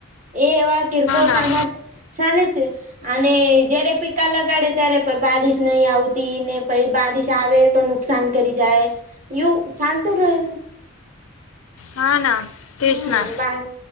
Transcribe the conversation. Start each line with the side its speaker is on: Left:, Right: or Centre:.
Right: એ એવા કિરકોળ
Left: ના
Right: કામા ચાલે છે. અને જયારે પીકા લગાડે ત્યારે બારીશ નહી આવતી ને પહી બારીશ આવે તુન નુકસાન કરી જાય યુ શા તો રેહને
Left: હા ના તેજ
Right: હમ
Left: ના